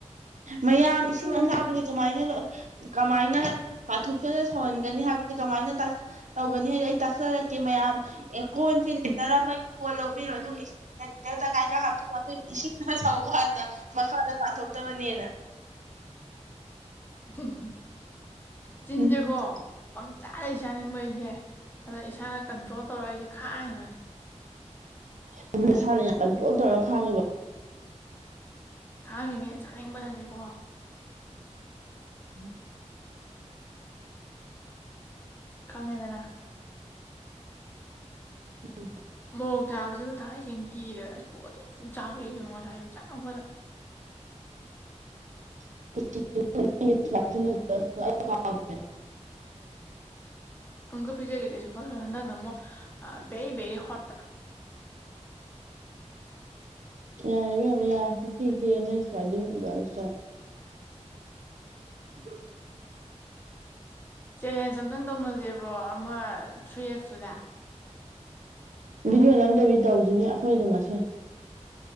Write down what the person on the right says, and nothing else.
ꯃꯌꯥꯝ ꯏꯁꯤꯡ ꯑꯁꯥꯕꯗꯤ ꯀꯃꯥꯏꯅ ꯀꯃꯥꯏꯅ ꯄꯥꯊꯣꯛꯇꯅ ꯁꯧꯍꯟꯒꯅꯤ ꯍꯥꯏꯕꯗꯤ ꯀꯃꯥꯏꯅ ꯇꯥꯛ ꯇꯧꯒꯅꯤ ꯍꯥꯏꯗꯣ ꯑꯩ ꯇꯥꯛꯆꯔꯛꯀꯦ ꯃꯌꯥꯝ ꯑꯦ ꯀꯣꯟꯁꯦ ꯂꯤꯇꯔ ꯑꯃꯩ ꯀꯣꯟ ꯂꯧꯕꯤꯔꯅꯨ ꯏꯁꯤꯡ ꯉꯥꯏꯀ ꯍꯥꯞꯄꯤ ꯁꯧꯀꯅ ꯃꯈꯥꯗ ꯄꯥꯊꯣꯛꯇꯕꯅꯦꯅ
ꯎꯝ
ꯑꯗꯨ ꯅꯁꯥꯅ ꯌꯥꯝ ꯀꯟꯇ꯭ꯔꯣꯜ ꯇꯧꯔꯒ ꯈꯥꯡꯉꯤꯕ
ꯎꯝ
ꯎꯝ
<inaudible> <unintelligible>
ꯌꯥꯕ ꯌꯥꯅ ꯁꯋꯥꯏꯗꯤꯅ ꯁ ꯎꯝ
ꯚꯗꯤꯑꯣ ꯅꯝꯗꯕꯤ ꯇꯧꯁꯤꯅꯦ ꯑꯩꯈꯣꯏ ꯑꯗꯨꯝꯃꯁꯦ